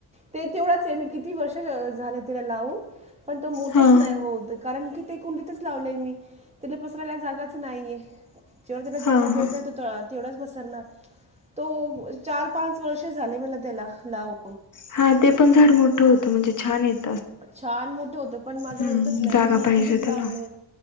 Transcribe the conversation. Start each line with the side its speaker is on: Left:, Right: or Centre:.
Right: ते तेवढाच आहे मी कि किती वर्ष झालं तिला लावून पण तो मोठंच
Left: हा
Right: नाही होत कारण की ते कोणीलीतच लावलंय मी तिला पसरायला जागाच नाहीये. जेववर त्याला
Left: हा
Right: जागा भेट
Left: हा.
Right: द तो तळत तेवढाच पसरणार तो चार पाच वर्ष झाले मला त्याला लाव
Left: हा ते पण झाड मोठं होतं म्हणजे छान येत.
Right: छान मोठं होत पण माझं
Left: हम्म
Right: होतच नाही,
Left: जागा
Right: ना मी
Left: पाहिजे
Right: कुंडीत लावलंय
Left: त्याला.